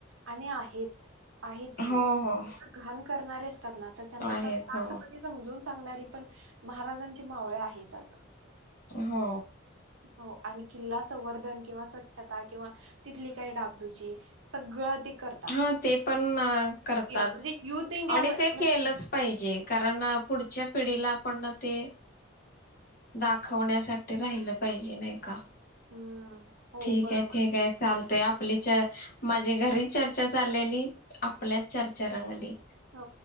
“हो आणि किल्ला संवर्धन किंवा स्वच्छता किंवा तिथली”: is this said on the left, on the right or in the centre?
Right